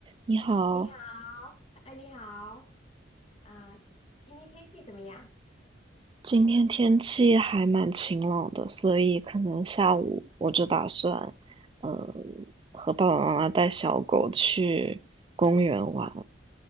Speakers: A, on the right; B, on the left.
A: 你好，
B: 你好，哎，你好，啊、今天天气怎么样？
A: 今天天气还蛮晴朗的，所以可能下午我就打算，呃，和爸爸妈妈带小狗去公园玩。